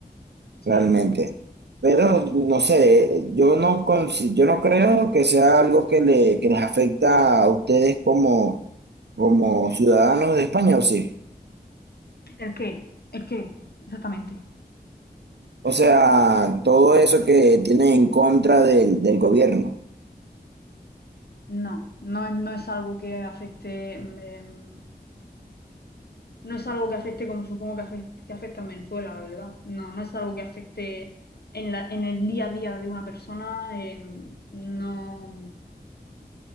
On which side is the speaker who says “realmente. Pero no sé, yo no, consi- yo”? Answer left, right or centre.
Right